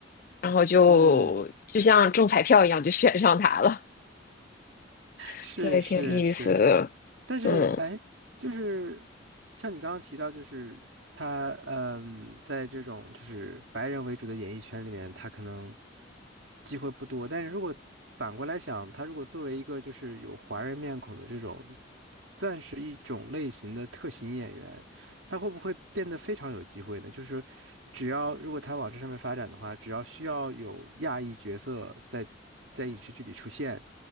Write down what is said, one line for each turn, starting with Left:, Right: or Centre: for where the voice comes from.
Left: 然后就就像中彩票一样就选上他了，
Right: 嗯。
Left: <laughs>
Right: 是是是，
Left: 这也挺有意思的，
Right: 但是哎，
Left: 嗯。
Right: 就是像你刚刚提到，就是他嗯，在这种就是白人为主的演艺圈里面，他可能机会不多。但是如果反过来想，他如果作为一个就是有华人面孔的这种，算是一种类型的特型演员，他会不会变得非常有机会呢？就是只要如果他往这上面发展的话，只要需要有亚裔角色在在影视剧里出现。